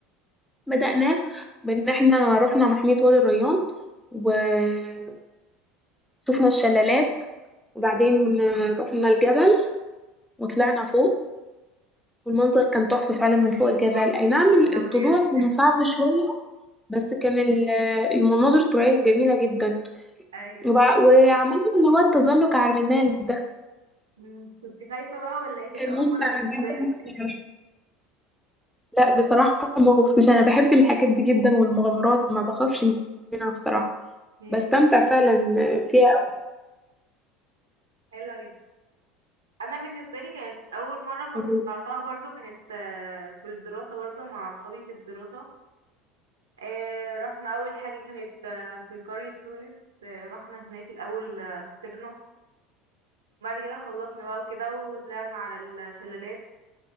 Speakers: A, in the centre; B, on the right (about 80°).
A: بدأناه بإن احنا رحنا محمية وادي الريان وشفنا الشلالات وبعدين رحنا الجبل وطلعنا فوق والمنظر كان تحفة فعلا من فوق الجبل
B: هو كان
A: أي نعم
B: جميل جدا
A: الطلوع
B: بجد
A: كان صعب شوية بس كان ال- المناظر الطبيعية جميلة جدا
B: ايوه
A: وبع- وعملنا اللي هو التزلج على الرمال ده
B: مم. كنت خايفة بقى ولا ايه كانت
A: كان
B: اول
A: ممتع
B: مرة بالنسبة
A: جدا
B: لك
A: بصراحة لا بصراحة ما خفتش أنا بحب الحاجات دي جدا والمغامرات ما بخافش منها بصراحة
B: <laughs> مم.
A: بستمتع فعلا فيها
B: حلوة جدا. انا بالنسبه لي كانت اول مره كنت
A: أوي.
B: طلعتها برضو كانت آه، في الدراسه برضو مع اصحابي في الدراسه آه، رحنا اول حاجه كانت آه، في قريه تونس آه، رحنا هناك الاول آه، فطرنا بعد كده خلصنا بقى وكده وطلعنا على الشلالات